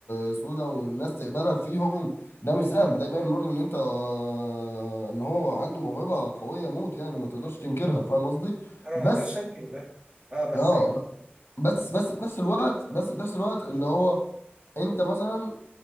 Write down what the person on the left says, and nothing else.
وسودا والناس تقبلك فيهم ده مش سهل ده يبين برضو ان انت آه، ان هو عنده موهبه قويه موت يعني ما تقدرش تنكرها فاهم قصدي
بس
اه
ب- بس بس في نفس الوقت بس في نفس الوقت اللي هو انت مثلا